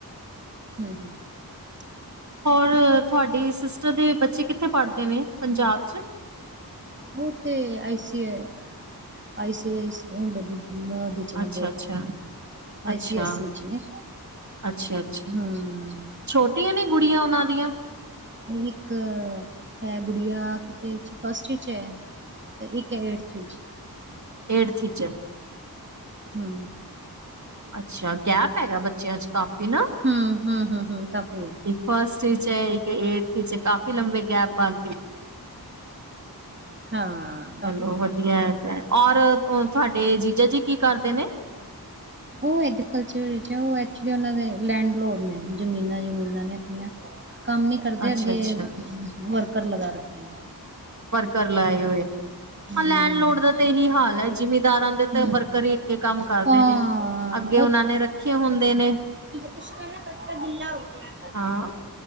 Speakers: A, on the right (about 30°); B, on the right (about 45°).
A: ਹੂੰ।
B: ਹੋਰ ਤੁਹਾਡੀ ਸਿਸਟਰ ਦੇ ਬੱਚੇ ਕਿੱਥੇ ਪੜਦੇ ਨੇ ਪੰਜਾਬ ਚ?
A: ੳ ਤੇ ਆਈਸੀਏ ਆਈਸੀਏ ੳ ਹੁੰਦਾ ਬੋਰਡ ੳਦੇ ਚ ਨੇ
B: ਅੱਛਾ ਅੱਛਾ
A: ਆਈ
B: ਅੱਛਾ
A: ਸੀ ਐਸ ਸੀ ਚ ਨੇ
B: ਅੱਛਾ, ਅੱਛਾ।
A: ਹਾਂ
B: ਛੋਟੀਆਂ ਨੇ ਗੁੜੀਆਂ ੳਨਾਂ ਦੀਆਂ?
A: ਇੱਕ ਹੈ ਗੁੜਿਆ ਕਿਤੇੇ ਫਸਟ ਚ ਐ ਤੇ ਇੱਕ ਏਠਥ ਵਿੱਚ।
B: ਏਠਥ ਚ
A: ਹੂੰ।
B: ਅੱਛਾ, ਗੈਪ ਹੈਗਾ ਬੱਚੇਆਂ ਚ ਕਾਫੀ ਨਾ।
A: ਹਮ ਹਮ ਹਮ ਹਮ ਕਾਫੀ ਹੈ
B: ਫਰਸਟ ਚ ਇੱਕ ਏਟਥ ਚ ਕਾਫੀ ਲੰਬੇ ਗੈਪ ਬਨ
A: ਹਾਂ। ਕਾਫੀ
B: ਚਲੋ
A: ਹੈ
B: ਵਧੀਆ ਹੈਗਾ। ਔਰ ਤੁਹਾਡੇ ਜੀਜਾ ਜੀ ਕੀ ਕਰਦੇ ਨੇ?
A: ਉਹ ਐਗਰੀਕਲਚਰ ਵਿੱਚ ਉਹ ਐਕਚੁਲੀ ਉਹਨਾਂ ਦੇ ਲੈਂਡ ਲੋਡ ਨੇ ਜ਼ਮੀਨਾਂ ਜ਼ਮੂਨਾਂ ਨੇ ਆਪਣੀਆਂ ਕੰਮ ਨੀ ਕਰਦੇ
B: ਅੱਛਾ
A: ਅੱਗੇ
B: ਅੱਛਾ
A: ਵਰਕਰ ਲਗਾ ਰੱਖੇ ਨੇ
B: ਵਰਕਰ ਲਾਏ ਹੋਏ
A: ਹੂੰ
B: ਹਾਂ ਲੈਂਡ ਲੋਡ ਦਾ ਤਾਂ ਇਹੀ ਹਾਲ ਹੈ। ਜਿਮੀਦਾਰਾਂ ਦੇ ਤਾਂ
A: ਹੂੰ
B: ਵਰਕਰ ਹੀ ਅੱਗੇ ਕੰਮ ਕਰਦੇ
A: ਹਾਂ
B: ਨੇ ਅ ਅਗੇ ਓਨਾਂ ਨੇ ਰੱਖੇ ਹੁੰਦੇ ਨੇ
A: ਪੁਸ਼ਕਰ ਨਾ ਪੱ ਗਿੱਲਾ ਹੋ ਗਿਆ
B: ਹਾਂ